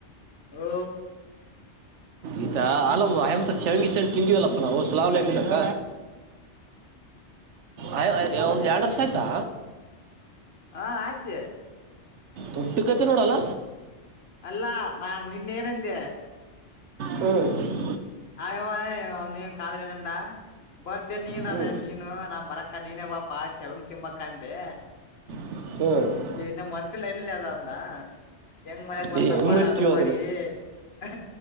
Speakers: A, on the left; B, on the right.
A: ಹ್ಮ
B: ಈತಾ ಅಲ್ಲ ಅಯಮ ಚವಂಗ ಸಂಡ್ ತಿಂದಿವವಲ್ಲಪ್ಪ ನಾವು ಸಲಾವ್ಲಕ್ಬೇಕ ಆಯ ಒಂದು ಎರಡು ವರ್ಷ ಆಯ್ತಾ
A: ಹ ಆಯ್ತು
B: ದೊಟ್ಟ ಕತೆ ನೋಡಲ್ಲ
A: ಅಲ್ಲಾ ನಾ ನಿನ್ನ ಏನಂದೆ
B: ಹ್ಮ್
A: ಆಯ್ಯವ ನೀ ಕಾದ್ರೆ ನಂದ ಬರ್ತೇ ನೀನು
B: ಹ್ಞೂ
A: ಅಂದ್ರೆ ನೀನು ನಾ ಬರಕ್ಕ ನೀನೇ ಬಾಪ ಪ್ಪಾ ಚವಂಗ್ ತಿಂಬಕಂದೆ
B: ಹ್ಮ್
A: ಇ ಇನ್ನ ಮರ್ತಿಲ ಇಲ್ಲಿ ಅದ ಅಂದ ಹೆಂಗ್ ಮರಯಾಗ ಬರ್ತಪಾ
B: ಏ ಹೆಂಗೆ ಮರಿತೀವ
A: ಅಡು ಮಾಡಿ ಅ